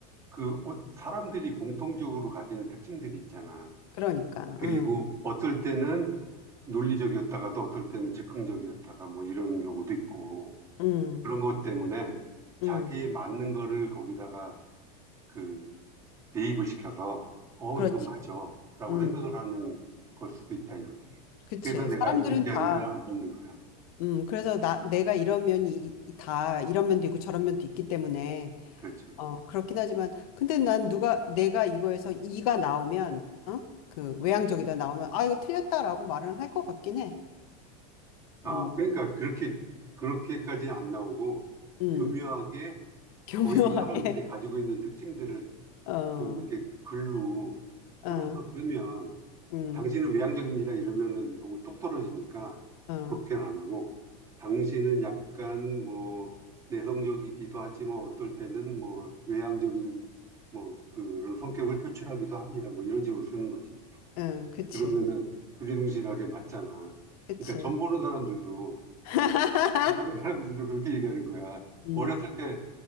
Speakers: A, on the right; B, on the left.
A: 그 어, 사람들이 공통적으로 가지는 특징들이 있잖아.
B: 그러니까.
A: 그리고
B: 음,
A: 어떨 때는 논리적이었다가도 어떨 때는 즉흥적이었다가 뭐 이런 경우도 있고.
B: 음,
A: 그런 것 때문에 자기에
B: 음,
A: 맞는 거를 거기다가 그 대입을 시켜서 어,
B: 그렇지.
A: 이거 맞아. 라고
B: 음,
A: 생각을 하는 걸 수도 있다 이거지.
B: 그치.
A: 그래서 내가
B: 사람들은
A: MBTI를
B: 다.
A: 안 믿는 거야.
B: 음, 그래서 나 내가 이런 면이 이- 이- 다 이런 면도 있고 저런 면도 있기 때문에
A: 그렇지.
B: 어 그렇긴 하지만 근데 난 누가 내가 이거에서 이가 나오면 어 그 외향적이다 나오면 아 이거 틀렸다라고 말은 할 것 같긴 해.
A: 아,
B: 음,
A: 그러니까 그렇게, 그렇게까지는 안 나오고
B: 음,
A: 교묘하게
B: <laughs> 교묘하게.
A: 거의 사람들이 가지고 있는 특징들을
B: 어,
A: 좀 이렇게 글로
B: 어,
A: 풀어서 쓰면
B: 음,
A: 당신은 외향적입니다. 이러면은 너무 똑 떨어지니까
B: 어,
A: 그렇게는 안 하고 당신은 약간 뭐 내성적이기도 하지만 어떨 때는 뭐 외향적인 뭐 그런 성격을 표출하기도 합니다. 뭐 이런 식으로 쓰는 거지.
B: 응, 그치,
A: 그러면은 두리둥실하게 맞잖아.
B: 그치.
A: 그러니까 점 보는 사람들도
B: <laughs>
A: 점 보는 사람들도 그렇게 얘기하는 거야.
B: 음,
A: 어렸을 때